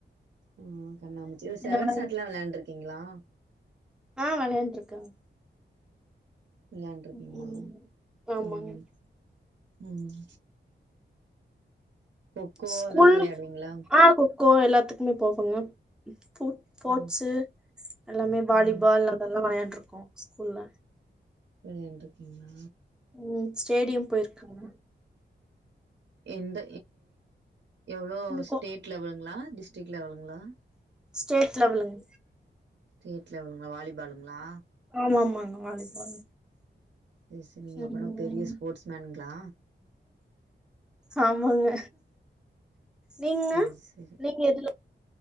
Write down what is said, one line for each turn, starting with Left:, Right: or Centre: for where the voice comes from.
Right: ம் கண்ணாபூச்சி இ செவன்
Centre: வெளையாண்டு
Right: சாட்லா வெளாண்ட்ருக்கீங்ளா
Centre: ஆ வெளையாட்டுருக்கேங்
Right: வெளையாண்ட்ருக்கீங்ளா
Centre: ம். ஆமாங்க
Right: ம் ம் கொக்கோ
Centre: ஸ்கூல்லு
Right: அதெல்லா வெளையாடுவீங்களா
Centre: ஆ கோ எல்லாத்துக்குமே போவோங்க போ போட்ஸு
Right: ம்
Centre: எல்லாமே வாலிபால்
Right: ம்
Centre: அதெல்லா வெளையாண்டுருக்கோ ஸ்கூல்ல
Right: வெளையாண்ட்ருக்கீங்ளா
Centre: ம் ஸ்டேடியம் போயிருக்கங்க
Right: எந்த எவ்ளோ
Centre: இங்க
Right: ஸ்டேட்
Centre: கோ
Right: லெவலுங்ளா, டிஸ்ட்ரிக் லெவலுங்ளா
Centre: ஸ்டேட் லெவலுங்
Right: ஸ்டேட் லெவலுங்ளா வாலிபாலுங்ளா
Centre: ஆமா மாங்க வாலிபால்
Right: சரி சரி நீங்க
Centre: ம்.
Right: அபபன்னா பெரிய ஸ்போட்ஸ் மேனுங்ளா
Centre: ஆமாங்க நீங்ண்ணா
Right: சேரி சேரி
Centre: நீங்க எதுல